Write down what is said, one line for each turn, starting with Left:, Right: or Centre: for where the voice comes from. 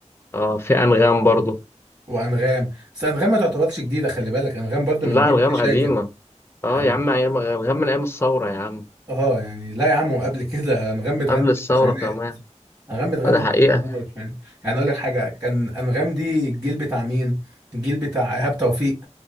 Left: اه في أنغام برضه
Right: وانغام بس انغام ما تعتبرش جديده خلي بالك انغام برضو
Left: لا
Right: من جيل
Left: أنغام
Right: شاكر
Left: قديمة اه
Right: يعني
Left: يا عم ايام غير من ايام الثوره يا عم
Right: اه يعني لا يا عم قبل كده انغام بتغني
Left: قبل الثوره
Right: بالتسعينات
Left: كمان
Right: انغام بتغني
Left: ده حقيقه
Right: بالتسعينات يعني يعني اقول لك حاجه كان انغام دي الجيل بتاع مين الجيل بتاع ايهاب توفيق